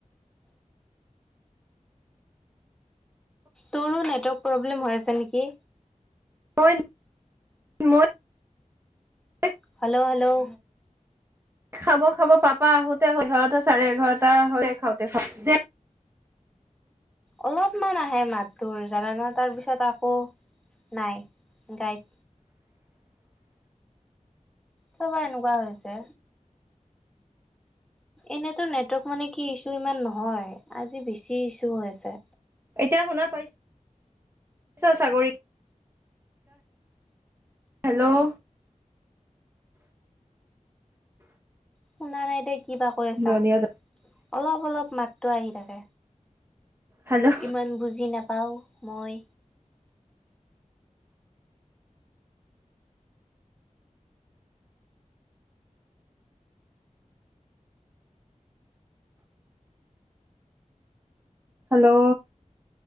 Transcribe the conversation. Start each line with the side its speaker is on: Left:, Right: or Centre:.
Centre: তোৰো নেটৱৰ্ক প্ৰব্লেম হৈ আছে নেকি?
Right: মই মই <unintelligible>
Centre: হেল্ল' হেল্ল'।
Right: খাব খাব পাপা আহোতে এঘাৰটা-চাৰে এঘাৰটা হয় খাওতে খাওতে
Centre: অলপমান আহে মাতটোৰ জানানে তাৰপিছত আকৌ নাই গায়াপ। কিয় বা এনেকুৱা হৈছে। এনেটো নেটৱৰ্ক মানে কি, ইছু ইমান নহয় আজি বেছিয়ে ইছু হৈ আছে।
Right: এতিয়া শুনা পাইছ--চাগৈ হেল্ল'
Centre: শুনা নাই দেই। কিবা কৈ আছা
Right: ধনিয়
Centre: অলপ অলপ মাত তেওঁ আহি থাকে।
Right: হেল্ল'
Centre: ইমান বুজি নাপাও। মই
Right: হেল্ল'